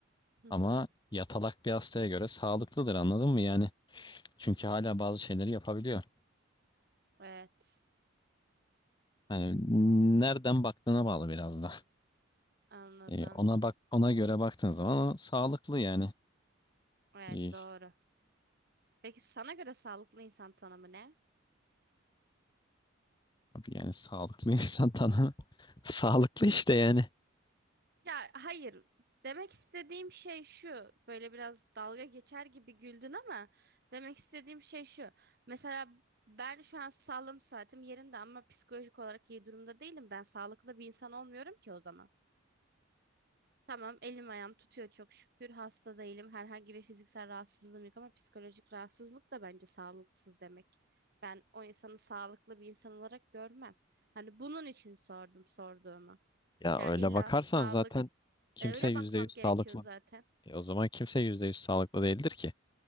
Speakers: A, on the right (about 50°); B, on the left (about 20°).
A: hı
B: Ama
A: hı.
B: yatalak bir hastaya göre sağlıklıdır anladın mı? Yani çünkü hala bazı şeyleri yapabiliyor.
A: Evet,
B: Yani nereden baktığına bağlı biraz da.
A: anladım.
B: E, ona bak ona göre baktığın zaman o sağlıklı yani.
A: Evet,
B: E,
A: doğru. Peki sana göre sağlıklı insan tanımı ne?
B: abi yani sağlıklı <laughs> insan tanımı <laughs> sağlıklı işte yani.
A: Ya hayır. Demek istediğim şey şu. Böyle biraz dalga geçer gibi güldün ama demek istediğim şey şu. Mesela ben şu an sağlığım saatim yerinde ama psikolojik olarak iyi durumda değilim. Ben sağlıklı bir insan olmuyorum ki o zaman. Tamam, elim ayağım tutuyor çok şükür. Hasta değilim. Herhangi bir fiziksel rahatsızlığım yok ama psikolojik rahatsızlık da bence sağlıksız demek. Ben o insanı sağlıklı bir insan olarak görmem. Hani bunun için sordum sorduğumu.
B: Ya
A: Ya
B: öyle
A: illa
B: bakarsan
A: sağlık
B: zaten kimse
A: e, öyle
B: yüzde
A: bakmam
B: yüz
A: gerekiyor
B: sağlıklı.
A: zaten.
B: E, o zaman kimse yüzde yüz sağlıklı değildir ki.